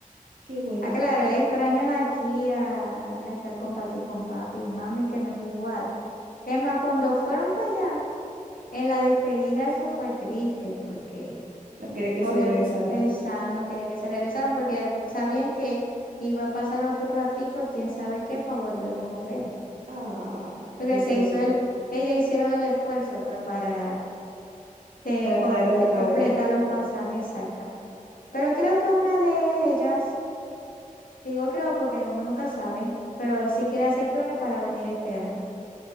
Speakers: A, on the right; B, on the left.
A: Qué bueno.
B: Ah, claro, extrañan aquí a, a estar con Pati, con papi y mami, que no es igual. Es más, cuando fueron para allá, en la despedida eso fue triste porque,
A: No quería que
B: obvio,
A: se regresaran.
B: esa no quería que se regresaran porque sabían que iba a pasar otro ratico, quién sabe qué, para volverlos a ver.
A: Ah,
B: Porque
A: qué feito.
B: se hizo el, ellas hicieron el esfuerzo pues para este,
A: Para
B: co-
A: traerlos
B: este,
A: otra
B: completar
A: vez.
B: los pasajes exactamente. Pero creo que una de ellas, digo creo porque uno nunca sabe, pero sí quiere hacer planes para venir este año.